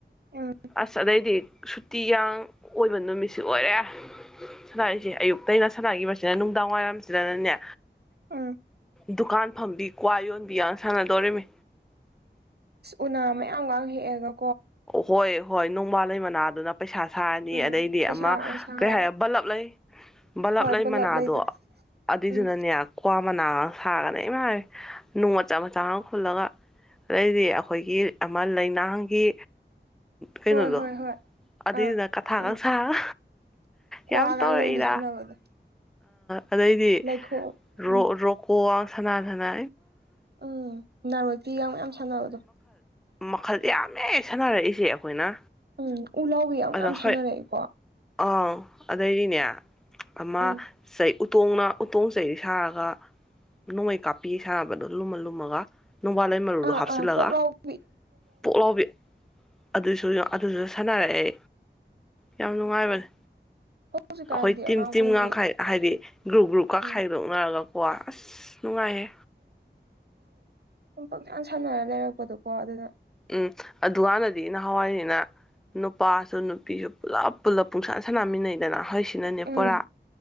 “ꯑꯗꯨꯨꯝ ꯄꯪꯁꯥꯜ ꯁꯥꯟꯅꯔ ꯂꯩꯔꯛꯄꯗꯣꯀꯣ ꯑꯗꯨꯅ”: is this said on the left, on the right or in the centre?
Right